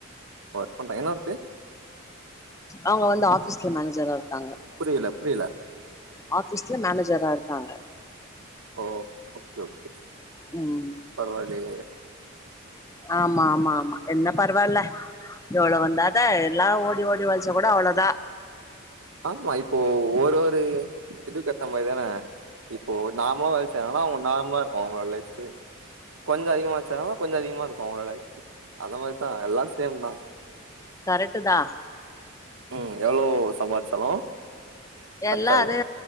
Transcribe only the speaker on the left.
அவங்க வந்து ஆபீஸ்ல மேனேஜரா இருக்காங்க
ஆபீஸ்ல மேனேஜரா இருக்காங்க
ம்
ஆமா ஆமா ஆமா என்ன பரவால்ல எவ்ளோ வந்தா அதா எல்லா ஓடி ஓடி ஒழைச்சா கூட அவ்ளோதா
கரெக்டு தா
எல்லா
அது